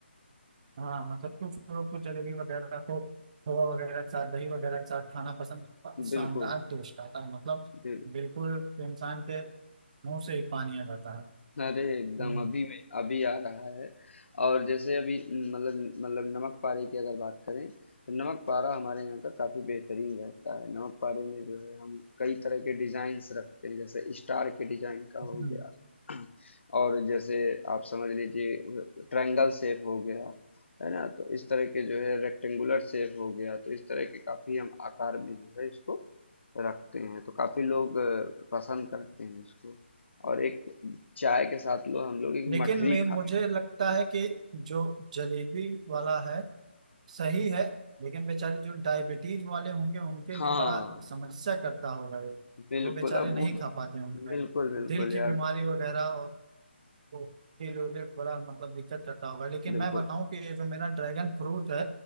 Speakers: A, on the right; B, on the left.
A: हाँ मतलब कुछ लोग तो जलेबी वगैरह को खोआ वगैरह के साथ दही वगैरह के साथ खाना पसंद
B: है
A: शानदार
B: बिल्कुल
A: टेस्ट आता है मतलब
B: बिल-
A: बिल्कुल इंसान के मुंह से ही पानी आ जाता है
B: अरे एकदम
A: हम्म,
B: अभी में अभी आ रहा है और जैसे अभी न- मतलब मतलब नमक पारे की अगर बात करें तो नमक पारा हमारे यहाँ का काफ़ी बेहतरीन रहता है नमक पारे में जो है हम कई तरह के डिज़ाइंस रखते हैं जैसे स्टार के डिज़ाइन का
A: हम्म।
B: हो गया <clears throat> और जैसे आप समझ लीजिए ट्रायंगल शेप हो गया है ना तो इस तरह के जो है रेक्टेंगुलर शेप हो गया तो इस तरह के काफ़ी हम आकार में जो है इसको रखते हैं तो काफ़ी लोग अ, पसंद करते हैं इसको और एक चाय के साथ लो हम लोग एक
A: लेकिन
B: मठरी
A: मैं
B: खा
A: मुझे
B: रहे हैं।
A: लगता है कि जो जलेबी वाला है सही है लेकिन बेचारे जो डायबिटीज वाले होंगे उनके
B: हाँ
A: लिए बड़ा समस्या करता होगा ये
B: बिल्कुल
A: वो बेचारे
B: अब
A: नहीं
B: वो बिल्कुल
A: खा पाते होंगे
B: बिल्कुल
A: दिल की
B: यार
A: बीमारी वगैरह और तो के लिए बड़ा मतलब दिक्कत करता होगा लेकिन
B: बिल्कुल
A: मैं बताऊं कि ये जो मेरा ड्रैगन फ्रूट है